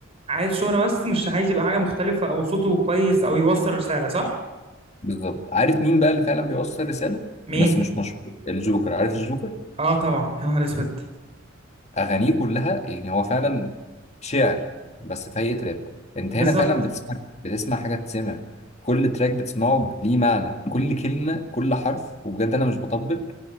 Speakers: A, on the right (about 30°); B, on the left (about 35°).
A: عايز شهرة بس مش عايز يبقى حاجة مختلفة أو صوته كويس أو يوصل رسالة صح؟
B: بالظبط عارف مين بقى اللي فعلا بيوصل رساله
A: مين؟
B: بس مش مشهور الجوكر عارف الجوكر
A: آه طبعا يا نهار أسود
B: اغانيه كلها يعني هو فعلا شعر بس في هيئه راب انت
A: بالظبط
B: هنا فعلا بتسمع بتسمع حاجه تسمع كل تراك بتسمعه ليه معنى كل كلمه كل حرف وبجد انا مش بطبل